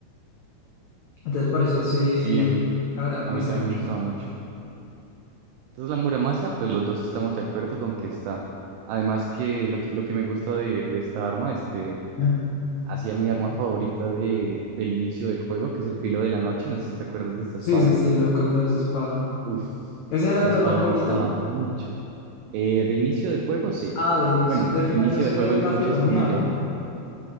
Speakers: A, on the left; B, on the right.
A: Entonces por eso sí,
B: Sí, a mí,
A: la verdad me
B: a
A: gusta
B: mí también
A: mucho.
B: me gustaba mucho. Entonces la Muramasa, pues los dos estamos de acuerdo con que está. Además que lo que, lo que me gusta de, de esta arma es que
A: <laughs> Ya.
B: hacía mi arma favorita de, del inicio del juego, que es el filo de la noche. No sé si te acuerdas de esta
A: Sí,
B: espada.
A: sí, sí, me acuerdo de esa espada.
B: Uf,
A: ¿Esa era
B: la
A: tu
B: espada
A: arma favorita?
B: me gustaba mucho. Eh, de inicio de juego, sí.
A: Ah, de inicio.
B: Bueno,
A: De final
B: inicio
A: yo sé
B: de juego
A: que es
B: en
A: la
B: muchas
A: Filomiao.
B: comillas, ¿no?